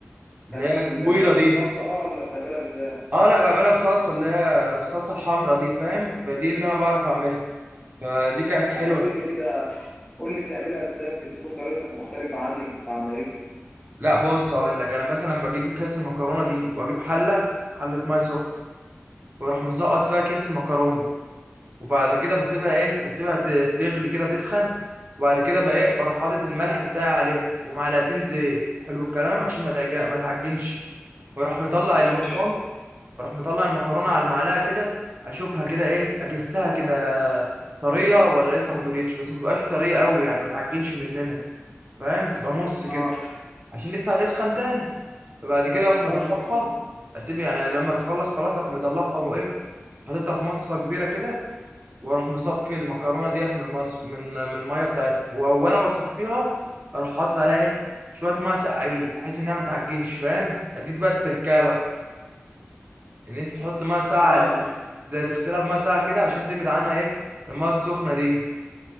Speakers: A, on the right (about 40°); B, on the left (about 20°).
A: اللي
B: بتعملها
A: هي الطويله
B: بال- بالصلصه
A: دي
B: بقى ولا بتعملها ازاي
A: اه لا بعملها بصلصه اللي هي الصلصه الحمراء دي فاهم فدي اللي انا بعرف اعملها فدي كانت حلوه
B: اما تقول لي كده قول لي بتعملها ازاي يمكن تكون طريقتك مختلفه عني في في عمايلها
A: لا بص هقول لك انا مثلا بجيب كيس المكرونه دي واجيب حله حله ميه سخنه واروح مسقط فيها كيس المكرونه وبعد كده بسيبها ايه بسيبها ت- تغلي كده تسخن وبعد كده بقى ايه بروح حاطط الملح بتاعي عليها ومعلقتين زيت حلو الكلام عشان ما تعج- ما تعجنش واروح مطلع المكرونه
B: ماشي
A: اروح مطلع المكرونه على المعلقه كده اشوفها كده ايه اجسها كده طريه ولا لسه ما طريتش بس ما تبقاش طريه قوي يعني ما تعجنش مننا فاهم تبقى نص كده
B: اه
A: عشان لسه هتسخن تاني فبعد كده اروح
B: فاهمك
A: مطلعها
B: اه
A: اسيب يعني لما تخلص خلاص اروح مطلعها وايه حاططها في مصفى كبيره كده واروح مصفي المكرونه ديت من المصف من من الميه بتاعتها و- وانا بصفيها اروح حاطط عليها ايه شويه ميه ساقعين بحيث انها ما تعجنش فاهم اديك بقى التركيبه بقى ان انت تحط ميه ساقعه
B: اه
A: عليها زي تغسلها بميه ساقعه كده عشان تبعد عنها ايه الميه السخنه دي